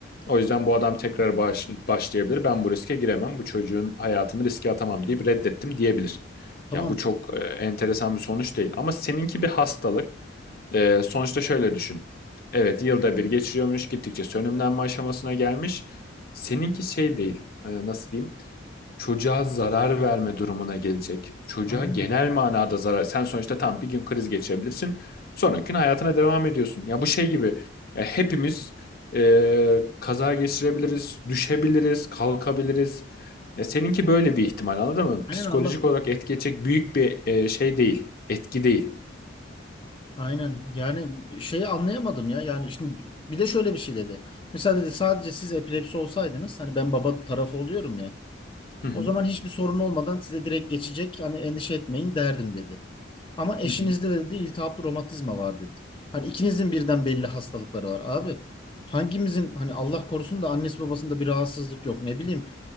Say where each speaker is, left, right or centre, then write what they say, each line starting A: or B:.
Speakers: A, on the left; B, on the left.
A: O yüzden bu adam tekrar baş- başlayabilir. Ben bu riske giremem. Bu çocuğun hayatını riske atamam deyip reddettim diyebilir.
B: Tamam.
A: Ya bu çok e, enteresan bir sonuç değil. Ama seninki bir hastalık. E, sonuçta şöyle düşün. Evet yılda bir geçiriyormuş. Gittikçe sönümlenme aşamasına gelmiş. Seninki şey değil. E, nasıl diyeyim? çocuğa zarar verme durumuna gelecek. Çocuğa
B: Aynen.
A: genel manada zarar. Sen sonuçta tam bir gün kriz geçirebilirsin. Sonraki gün hayatına devam ediyorsun. Ya bu şey gibi. ya hepimiz e, kaza geçirebiliriz, düşebiliriz, kalkabiliriz. Ya seninki böyle bir ihtimal anladın mı?
B: Aynen
A: Psikolojik
B: Allah korusun.
A: olarak etkileyecek büyük bir e, şey değil, etki değil.
B: Aynen. Yani şeyi anlayamadım ya. Yani şimdi bir de şöyle bir şey dedi. Mesela dedi sadece siz epilepsi olsaydınız hani ben baba tarafı oluyorum ya.
A: Hı hı.
B: O zaman hiçbir sorun olmadan size direkt geçecek. Hani endişe etmeyin derdim dedi. Ama eşinizde
A: Hı hı.
B: de dedi iltihaplı romatizma var dedi. Hani ikinizin birden belli hastalıkları var abi. Hangimizin hani Allah korusun da annesi babasında bir rahatsızlık yok ne bileyim